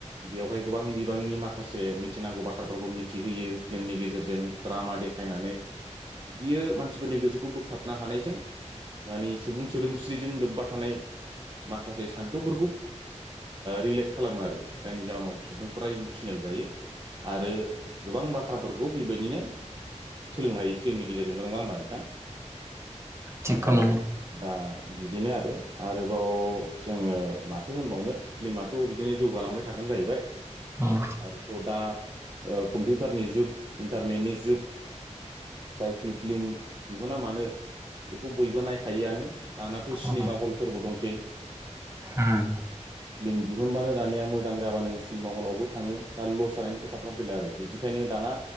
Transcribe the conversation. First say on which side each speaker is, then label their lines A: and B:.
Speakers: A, on the right; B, on the right.
A: बेवहाय गोबां बिबांनि माखासे मिथिनांगौ बाथ्राफोरखौ मिथिहोयो। फिल्मनि गेजेरजों द्रामा देखायनानै बियो मानसिफोरनि गोसोखौ बोगथाबनो हानायजों मानि सुबुं सोदोमस्रिजों लोब्बा थानाय माखासे सान्थौफोरखौ रिलेक्ट खालामो आरो जायनि जााहोनाव सुबुंफ्रा इमसनेल जायो आरो गोबां बाथ्राफोरखौ बेबायदिनो सोलोंनो हायो फिल्मनि गेजेरजोंमोन नङा होमबा नोंथां।
B: थिगखौनो
A: औ दा बिदिनो आरो आरोबाव जोङो माथो होनबावनो फिल्माथ' बिदिनो जौगायो। जालांबाय थागोन जाहैबाय।
B: उम
A: आरोथ दा कम्पिउटारनि जुग इन्टारनेटनि जुग जायखि फिल्म दिहुना मानो बेखौ बयबो नायखा थायोआनो दानाथ' सिनेमा
B: उम
A: हलफोरबो दंसै।
B: ओम
A: फिल्म दिहुनबानो दानिया मोजां जाबानो सिनेमा हलावबो थाङो दा लस जानायनि खोथाफ्रा फैला आरो। बिदिखायनो दाना